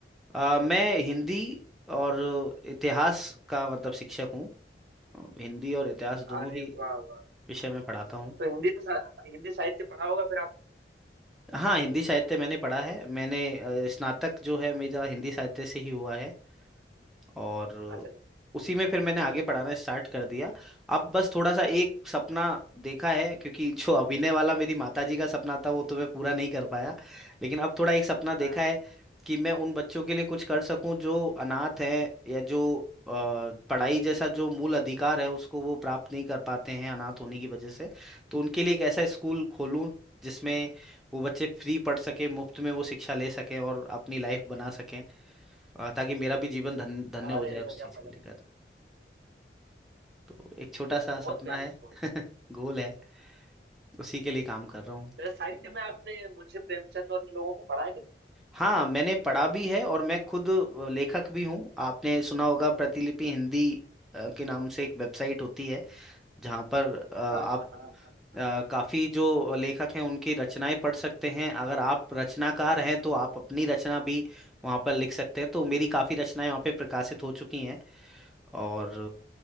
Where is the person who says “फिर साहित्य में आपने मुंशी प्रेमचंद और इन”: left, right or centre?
Right